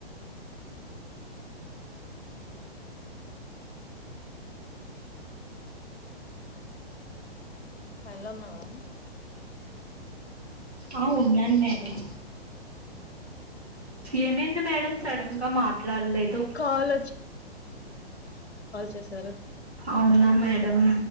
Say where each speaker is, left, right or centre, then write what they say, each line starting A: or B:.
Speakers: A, on the left; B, on the right.
A: హల్లు ఉన్నావా
B: ఆ ఉన్నాను మేడం ఏమైంది మేడం సడన్ గా మాట్లాడలేదు
A: కాల్ చేసారా
B: అవునా మేడం